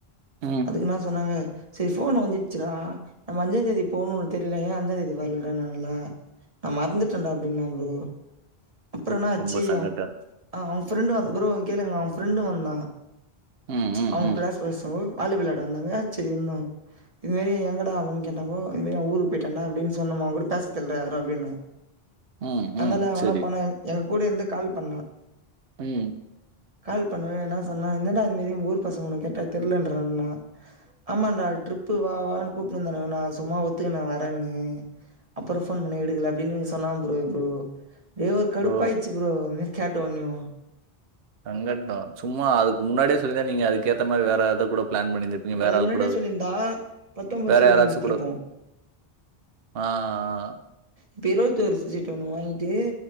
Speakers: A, on the right; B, on the right.
A: ம்
B: அதுக்னா சொன்னாங்க செரி ஃபோன் ஒன்ஞ்சிட்சிடா நம்ம அஞ்சாந்தேதி போணும்னு உனக்கு தெரியுல ஏயா அஞ்சாதேதி வர்லடான்னாங்ளா நா மறந்துட்டன்டா அப்டின்னா ப்ரோ அப்றோ என்னாச்சி
A: ரொம்ப சங்கட்டம்.
B: அவ அ அவ ஃப்ரெண்டு வந்த ப்ரோ இங் கேளுங்க அவ ஃப்ரெண்டு வந்தா
A: ம், ம்,
B: அவுங்க
A: ம்.
B: கிளாஸ் பசங்க பாலு வேளாட வந்தாங்க செரி இவுங்கோ இதுமாரி எங்கடா அவன்னு கேட்டகோ இதுமாரி அவ ஊருக்கு போயிட்டண்டா அப்டின்னு சொல்னுமா அவகூட பேசர்தில்ட யாரு அப்டின்னோ
A: ம்,
B: அத்னால
A: ம்.
B: அவனா
A: சரி.
B: பண்ணா எங் எங்க கூட இருந்து கால் பண்ணா
A: ம்
B: கால் பண்ணவேனா சொன்னா என்னடா இது மாரி உங்க ஊர் பசங்கள கேட்டா தெர்லன்றாங்கன்னா ஆமாண்டா ட்ரிப்பு வா வான்னு கூப்டுனு இருந்தானுங்க நா சும்மா ஒத்துக்குன வரன்னு அப்றோ ஃபோன் பண்ண எடுக்கல அப்டின்னு சொன்னா ப்ரோ இப்போ டே ஒர் கடுப்பாயிட்சி
A: ஓ!
B: ப்ரோ அந்மாரி கேட்ட ஒன்னேயு
A: சங்கட்டோ சும்மா அதுக்கு முன்னாடியே சொல்லிருந்தா நீங்க அதுக்கேத்த மாரி வேற ஏதா கூட ஒரு பிளான் பண்ணிருந்திருப்பீங்க
B: இப்ப
A: வேற
B: அதுக்கு
A: ஆள்
B: முன்னாடியே
A: கூடாது
B: சொல்லியிருந்தா பத்தொம்போது
A: வேற
B: சீட்டு
A: யாராச்சு
B: வாங்கினு வந்திருப்போ
A: கூடோ ஆ ஆ
B: இப்போ இருவத்தொரு சீட்டு ஒன்னு வாங்கிட்டு